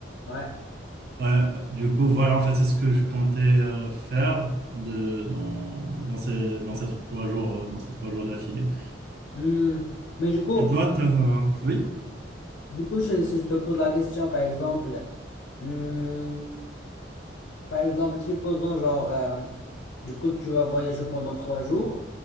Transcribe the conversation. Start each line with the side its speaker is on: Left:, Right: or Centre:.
Left: ouais.
Right: Ouais, du coup, voilà, en fait, c'est ce que je comptais euh, faire de, dans, dans ces, dans ces trois jours, euh, dans ces trois jours d'affilée.
Left: Hmm. Mais du coup,
Right: Et toi, t'as... Oui.
Left: du coup, je- si je te pose la question, par exemple, hmm, par exemple, supposons genre, euh, du coup, tu vas voyager pendant trois jours,